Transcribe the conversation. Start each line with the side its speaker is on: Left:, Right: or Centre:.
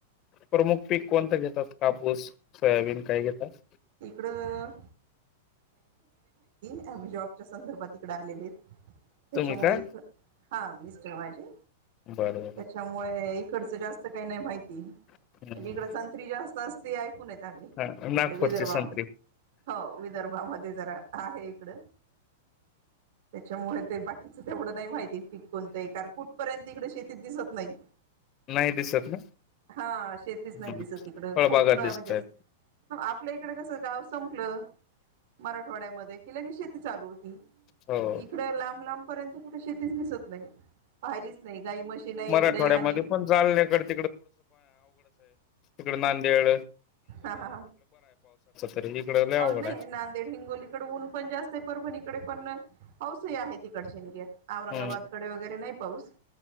Left: प्रमुख पीक कोणतं घेतात कापूस सोयाबीन काय घेतात
Right: इकडं म्ही जॉबच्या संदर्भात इकडे आलेले आहेत त्याच्यामुळे
Left: तुम्ही का
Right: एक हा मिस्टर माझे
Left: बरं
Right: त्याच्यामुळे खर्च जास्त काही नाही माहिती म्हणजे
Left: बरं
Right: इकड संत्री जास्त असते ऐकून येत आली
Left: ह नागपूरची
Right: विदर्भामध्ये
Left: संत्री
Right: हो विदर्भामध्ये जरा आहे इकड त्याच्यामुळे ते बाकीच ए नाही माहिती प कोणत कार कुठपर्यंत इकडे शेतीत दिसत नाही
Left: नाही दिसत ना
Right: हा शेतीच
Left: फळबागात
Right: नाही दिसत इकड खूप म्हणजे
Left: दिसतायत.
Right: आपल्या इकडे कसं गाव संपलं मराठवाड्यामध्ये कि ल की शेतती ते लू
Left: हो
Right: इकड लांब लांब पर्यंत कुठे शेतीच दिसत नाही पाहिलीच नाही काही मशीन आहे
Left: मराठवाड्यामध्ये
Right: इकडे आणि
Left: पण जालन्याकडे इकड नाड्याे
Right: हा हा
Left: तरी इकडं लय अवघड
Right: ह नाही
Left: आहे.
Right: नांदेड हिंगोलीकडे ऊन पण जास्त परफणी तकडे पण पाऊसही आहे तिकडचेंदियत औरंगाबादकडे
Left: हम्म
Right: वगैरे नाही पाऊस